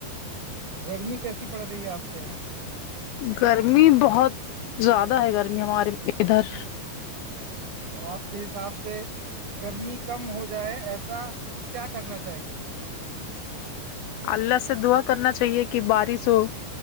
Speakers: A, on the right; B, on the left.
A: گرمی کیسی پڑ رہی ہے آپ کے یہاں
B: گرمی بہت زیادہ ہے گرمی ہمارے ادھر
A: اچھا تو آپ کے حساب سے گرمی کم ہو جائے ایسا کیا کرنا چاہیے <unintelligible>
B: اللہ سے دعا کرنا چاہیے کہ بارش ہو